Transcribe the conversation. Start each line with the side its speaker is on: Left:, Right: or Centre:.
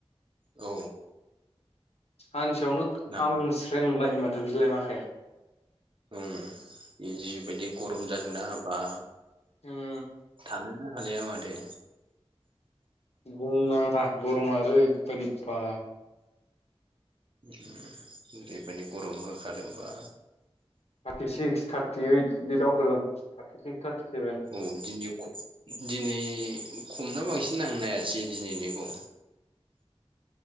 Right: औ।
Left: सानसेयावनो खामस्रेम
Right: नां
Left: लायो माथो बिलाइ मा
Right: ओम जिबायदि गरम जादोंना बा
Left: ओम।
Right: थानोनो हालिया माथो।
Left: बुंनांला गरमा ओरैबादि बा
Right: ओम ओरैबायदि गरम होखादों बा
Left: थार्टि सिक्स थार्टि इट बिदि दावखोदों थार्कि सिक्स थार्कि सेभेन।
Right: अ दिनै ख दिनै खमना बांसिन आं नायासै दिनै निखौ।